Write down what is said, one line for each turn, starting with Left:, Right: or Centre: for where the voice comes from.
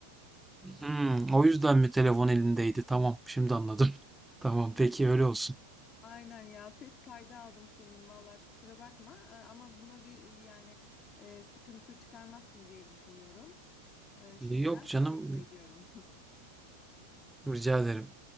Centre: Hmm, o yüzden mi telefon elindeydi? Tamam, şimdi anladım. <laughs> Tamam, peki öyle olsun.
Left: Aynen ya ses kaydı aldım senin valla kusura bakma E, ama buna bir e, yani e, sıkıntı çıkarmazsın diye düşünüyorum. E, şimdiden
Centre: Yok canım,
Left: teşekkür ediyorum.
Centre: rica ederim.